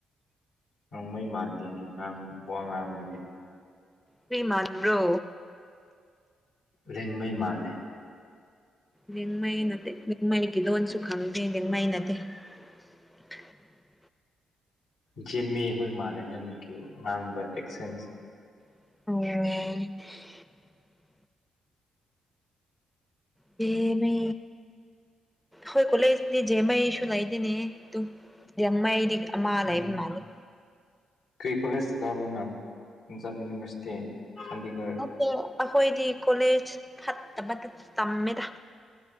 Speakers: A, on the left; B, in the centre.
A: ꯉꯥꯡꯃꯩ ꯃꯥꯟꯗꯦꯅꯦ ꯉꯥꯡ ꯋꯥ ꯉꯥꯡꯕꯗꯤ
B: ꯁ꯭ꯔꯤꯃꯥꯟ ꯔꯣ
A: ꯂꯦꯡꯃꯩ ꯃꯥꯜꯂꯦ
B: ꯅꯃꯥꯏꯩꯅꯠꯇꯦꯃꯩꯒꯤ ꯂꯣꯟꯁꯨ ꯈꯪꯗꯦ ꯃꯥꯏꯩꯅꯠꯇꯦ <unintelligible>
A: ꯖꯤꯃꯤ ꯍꯣꯏ ꯃꯥꯂꯦ ꯅꯪꯒꯤ ꯉꯥꯡꯕ ꯑꯦꯛꯁꯦꯟꯁ
B: ꯑꯣ ꯄꯃꯦ ꯍꯣꯏ ꯀꯂꯦꯅꯤ ꯖꯦꯃꯥꯏꯁꯨ ꯂꯩꯥꯏꯗꯅꯦ ꯇ ꯃꯥꯏ ꯃꯥ
A: ꯎꯝ
B: ꯂꯩ ꯏꯃ ꯂꯩ
A: ꯀꯔꯤ ꯀꯂꯦꯖ ꯊꯒꯕꯅ ꯄꯟꯖꯥꯕ ꯌꯨꯅꯤꯚꯔꯁꯤꯇꯤ ꯆꯥꯟꯗꯤꯒꯔ
B: ꯑ ꯑꯩꯈꯣꯏꯗꯤ ꯀꯣꯂꯦꯖ ꯐꯠꯇ ꯐꯠꯇ ꯇꯝꯃꯦꯗ